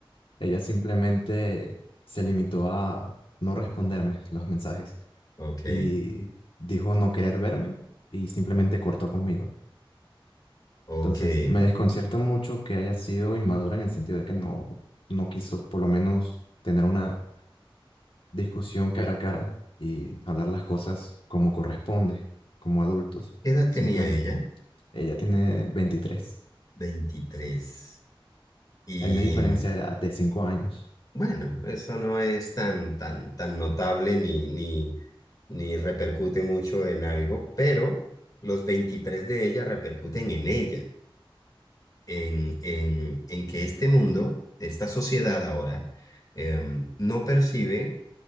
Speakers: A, on the left (about 75°); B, on the left (about 40°).
A: ella simplemente se limitó a no responderme los mensajes
B: Ok,
A: y dijo no querer verme y simplemente cortó conmigo.
B: ok.
A: Entonces,
B: ¿Qué
A: me desconcierta mucho que haya sido inmadura en el sentido de que no, no quiso por lo menos tener una discusión cara a cara y hablar las cosas como corresponde, como adultos.
B: edad
A: Simplemente,
B: tenía ella?
A: ella tiene 23.
B: 23. Y
A: Hay una diferencia de edad de 5 años.
B: bueno, eso no es tan, tan, tan notable ni, ni, ni repercute mucho en algo, pero los 23 de ella repercuten en ella, en, en, en que este mundo, esta sociedad ahora, em, no percibe